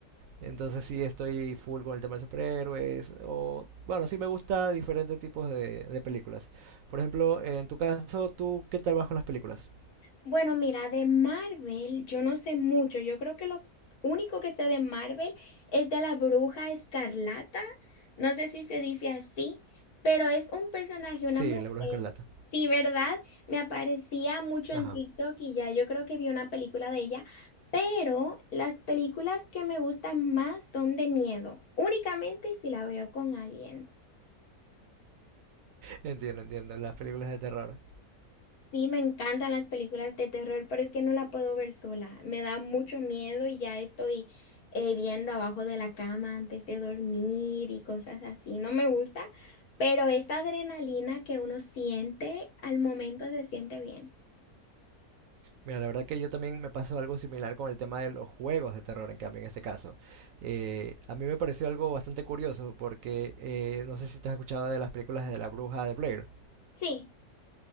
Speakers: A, on the right (about 70°); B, on the left (about 75°).
A: Entonces sí estoy full con el tema de superhéroes. O, bueno, sí me gusta diferentes tipos de, de películas. Por ejemplo, en tu caso, ¿tú qué tal vas con las películas?
B: Bueno, mira, de Marvel yo no sé mucho. Yo creo que lo único que sé de Marvel es de la Bruja Escarlata. No sé si se dice así, pero es un personaje,
A: Sí,
B: una mujer.
A: La Bruja Escarlata.
B: Sí, ¿verdad? Me aparecía mucho en
A: Ajá,
B: TikTok y ya yo creo que vi una película de ella, pero las películas que me gustan más son de miedo, únicamente si la veo con alguien.
A: entiendo, entiendo, las películas de terror.
B: Sí, me encantan las películas de terror, pero es que no la puedo ver sola. Me da mucho miedo y ya estoy eh, viendo abajo de la cama antes de dormir y cosas así. No me gusta, pero esta adrenalina que uno siente al momento se siente bien.
A: Mira, la verdad que yo también me pasó algo similar con el tema de los juegos de terror, en cambio, en este caso. Eh, a mí me pareció algo bastante curioso porque eh, no sé si te has escuchado de las películas de la bruja de Blair.
B: Sí,